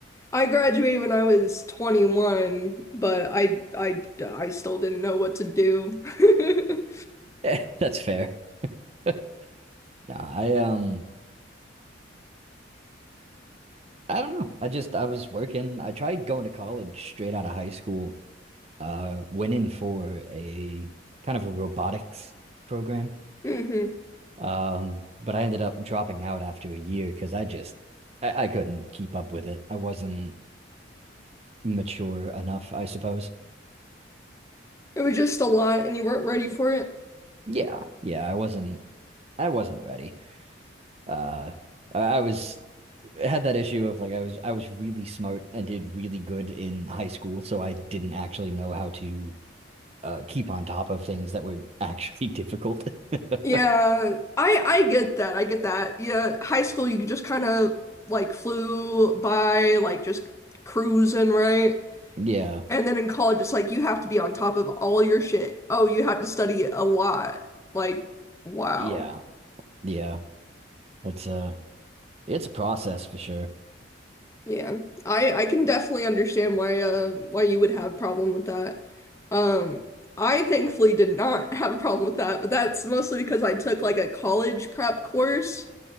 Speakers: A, on the left; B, on the right.
A: I graduated when I was 21, but I I I still didn't know what to do. <laughs>
B: <laughs> that's fair. No, I um I don't know. I just I was working. I tried going to college straight out of high school uh, went in for a kind of a robotics program.
A: hmm
B: Um, but I ended up dropping out after a year because I just I, I couldn't keep up with it. I wasn't mature enough, I suppose.
A: It was just a lot and you weren't ready for it.
B: Yeah, yeah, I wasn't I wasn't ready. Uh, I I was had that issue of like I was I was really smart and did really good in high school, so I didn't actually know how to uh keep on top of things that were actually difficult. <laughs>
A: Yeah, I I get that. I get that. Yeah, high school you just kind of like flew by like just cruising, right?
B: Yeah,
A: And then in college, it's like you have to be on top of all your shit. Oh, you have to study a lot. Like, wow.
B: yeah, yeah. It's a it's a process for sure.
A: Yeah. I I can definitely understand why uh why you would have a problem with that. Um, I thankfully did not <laughs> have a problem with that, but that's mostly because I took like a college prep course